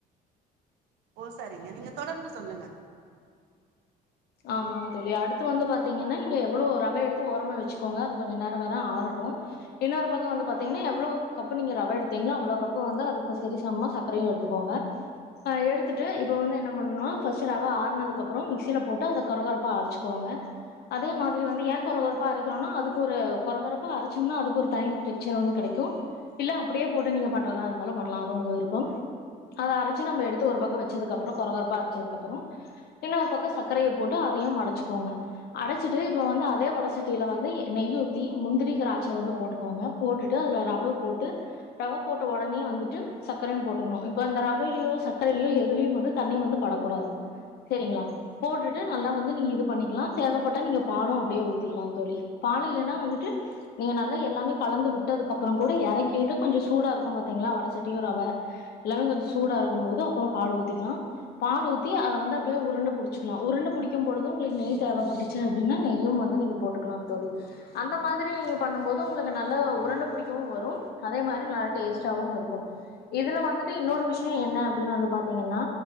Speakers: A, on the right; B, on the left.
A: ஓ சரிங்க நீங்க தொடர்ந்து சொல்லுங்க
B: ஆமாங்க தோழி அடுத்து வந்து பாத்தீங்கன்னா நீங்க எவ்வளோ ரவ எடுத்து ஓரமா வெச்சுக்கோங்க அது கொஞ்ச நேரோ வர ஆறட்டூ இன்னொரு பக்கோ வந்து பாத்தீங்கன்னா எவ்வளோ கப்பு நீங்க ரவ எடுத்தீங்ளோ அவ்வளோ கப்பு வந்து அதுக்கு சரி சமமா சக்கரையு எடுத்துக்கோங்க அ எடுத்துட்டு இப்ப வந்து என்ன பண்ணுணோ ஃபர்ஸ்ட்டு ரவ ஆற்னதுக்கப்புறோ மிக்சிலப் போட்டு அத கொரகொரப்பா அரைச்சிக்கோங்க அதே மாதிரி எ கொரகொரப்பா அரைக்கிறோன்னா அதுக்கு ஒரு கொரகொரப்பா அரச்சோம்னா அதுக்கு ஒரு தயின் டெக்சர் ஒன்னு கடைக்கூ இல்ல அப்புடே போட்டு நீங்க பண்றதா இருந்தாலு பண்லா அது உங்க விருப்பம் அத அரைச்சி நம்ப எடுத்து ஒரு பக்கோ வெச்சதுக்கப்புறோ கொரகொரப்பா அரைச்சதுக்கப்புறோ எண்ணெ ஒரு பக்கோ சக்கரைய போட்டு அதையும் மடச்சுக்கோங்க வட சட்டில இப்ப வந்து அதே வட சட்டில வந்து எ நெய் ஊத்தி முந்திரி தராட்ச வந்து போட்டுக்கோங்க போட்டுட்டு அதுல ரவ போட்டு ரவ போட்ட ஒடனே வந்துட்டு சக்கரையு போட்ருன்னு இப்ப இந்த ரவையிலயோ சக்கரையிலயோ எதுலியும் வந்து தண்ணி வந்து படக்கூடாது சேரிங்ளா போட்டுட்டு நல்லா வந்து நீங்க இது பண்ணிக்கலா தேவப்பட்டா நீங்க பாலு அப்படியே ஊத்திக்கிலா தோழி பால் இல்லனா வந்துட்டு நீங்க நல்லா எல்லாமே கலந்து விட்டது கப்போற கூட எறக்கிட்டு கொஞ்சு சூடா இருக்கு பாத்தீங்களா வட சட்டியு ரவ எல்லாமே கொஞ்சு சூடா இருக்கும் போது அப்போ பால் ஊத்திக்கிலா பால் ஊத்தி அத வந்து அப்டியே உருண்ட புடுச் வச்சிக்கலா உருண்ட பிடிக்கு பொழுது உங்களுக்கு நெய் தேவப்பட்டுச்சு அப்டின்னா நெய்யும் வந்து நீங்க போட்டுக்கலாம் தோழி அந்த மாதிரி நீங் பண்ணும் போது உங்களுக்கு நல்ல உருண்ட பிடிக்கவு வரும் அதே மாறி நல்ல டேஸ்டாவு இருக்கும் இதுல வந்துட்டு இன்னொரு விஷியோ என்ன அப்டின்னு வந்து பாத்தீங்கன்னா